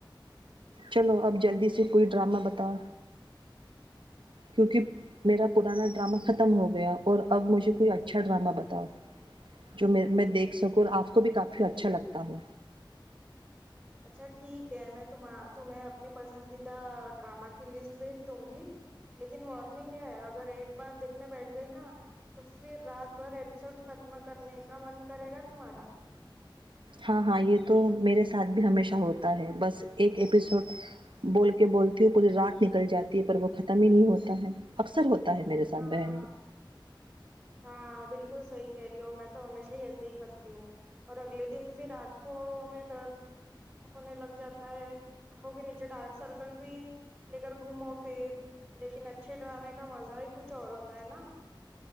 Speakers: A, on the right; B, in the centre.
A: چلو اب جلدی سے کوئی ڈرامہ بتاؤ کیونکہ میرا پرانا ڈرامہ ختم ہو گیا اور اب مجھے کوئی اچھا ڈرامہ بتاؤ جو میں میں دیکھ سکوں اور آپ کو بھی کافی اچھا لگتا ہو
B: اچھا ٹھیک کیا میں تم تمہ اپنی پسندیدہ ڈرامہ کی لسٹ بھیج دوں گی لیکن وارننگ ہے اگر ایک بار دیکھنے بیٹھ گئی نا تو پھر رات بھر ایپیسوڈ ختم کرنے کا من کرے گا تمہارا
A: ہاں ہاں یہ تو میرے ساتھ بھی ہمیشہ ہوتا ہے بس ایک ایپیسوڈ بول کے بولتی ہ پوری رات نکل جاتی ہے پر وہ ختم ہی نہیں ہوتا ہے اکثر ہوتا ہے میرے ساتھ
B: ہاں
A: بہن یہ
B: ہاں بالکل سحی کیری ہو میں تو ہمیشہ ہی ایسے ہی کرتی ہوں اور اگلے دن پھر آنکھوں میں درد ہونے لگ جاتا ہے آنکھوں کے نیچے ڈارک سرکل بھی لے کر گھومو پھر لیکن اچھے ڈرامے کا مزہ ہی کچھ اور ہوتا ہے نا